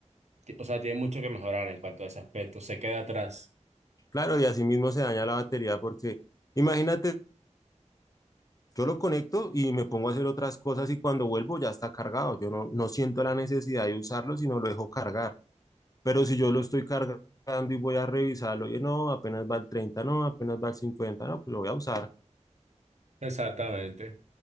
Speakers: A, on the right (about 65°); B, on the left (about 30°).
A: ti- o sea, tiene mucho que mejorar en cuanto a ese aspecto. Se queda atrás.
B: Claro, y así mismo se daña la batería porque imagínate, yo lo conecto y me pongo a hacer otras cosas y cuando vuelvo ya está cargado. Yo no, no siento la necesidad de usarlo, sino lo dejo cargar. Pero si yo lo estoy cargando y voy a revisarlo, oye, no, apenas va el 30 no, apenas va el 50 no, pues lo voy a usar.
A: Exactamente.